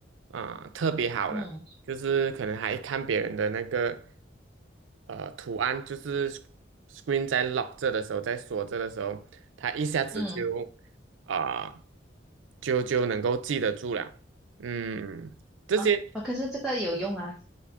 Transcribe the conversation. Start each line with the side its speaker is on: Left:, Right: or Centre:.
Right: 啊、特别好的。
Centre: 嗯
Right: 就是可能还看别人的那个呃图案，就是 sc- r e e n 在 lock 着的时候，在锁着的时候，它一下子就
Centre: 嗯
Right: 啊、就就能够记得住了。嗯，这些
Centre: 啊啊，可是这个有用啊。